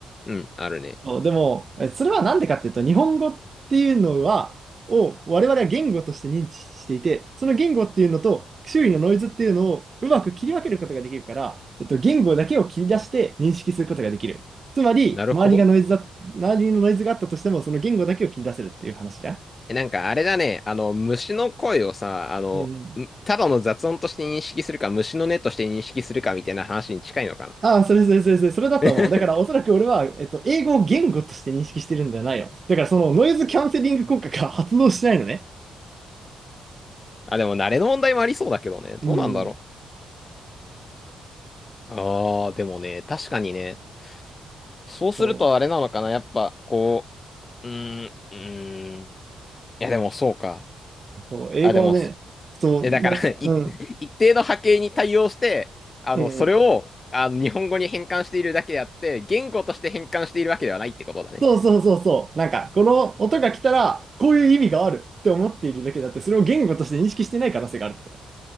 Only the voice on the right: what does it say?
そうでも、えそれはなんでかっていうと、日本語っていうのは、を我々は言語として認知していて、その言語っていうのと周囲のノイズっていうのをうまく切り分けることができるから、えっと、言語だけを切り出して認識することができる。つまり、
周りがノイズだ、周りのノイズがあったとしても、その言語だけを切り出せるっていう話じゃん。
うん。
ああ、それそれそれそれ、それだと思う。
だから、おそらく俺は、えっと、英語を言語として認識してるんじゃないよ。だから、そのノイズキャンセリング効果が発動しないのね。
うん。
そう
そう、英語はね、
そう、
なんか、
うん、
うん。
そうそうそうそう。なんか、この音が来たら、こういう意味があるって思っているだけだって、それを言語として認識してない可能性があるってこと。